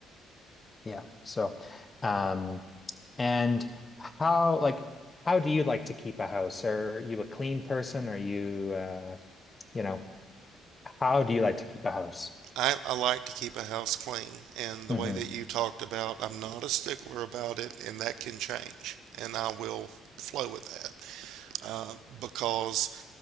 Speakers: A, on the left; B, on the right.
A: Yeah. So, um, and how like how do you like to keep a house? Are you a clean person? Are you uh, you know, how do you like to keep a house?
B: I, I like to keep a house clean, and the
A: hmm
B: way that you talked about, I'm not a stickler about it, and that can change, and I will flow with that uh, because